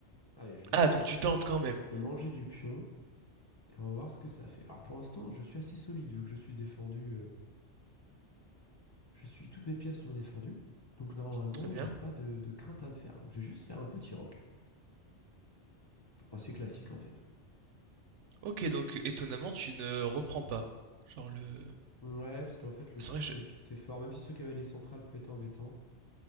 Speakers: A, on the left; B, on the right.
A: Allez, je vais,
B: Ah,
A: je
B: donc
A: vais,
B: tu tentes quand même.
A: je vais manger du pion et on va voir ce que ça fait. Alors pour l'instant, je suis assez solide vu que je suis défendu. euh, je suis, toutes mes pièces sont défendues. Donc normalement,
B: Très bien.
A: j'ai pas de, de crainte à me faire. Donc je vais juste faire un petit rock. Assez classique en fait.
B: OK, donc étonnamment, tu ne reprends pas? Genre le
A: Ouais, parce qu'en fait, le
B: c'est
A: fou,
B: vrai, je
A: c'est c'est fort. Même si ce cavalier central peut être embêtant.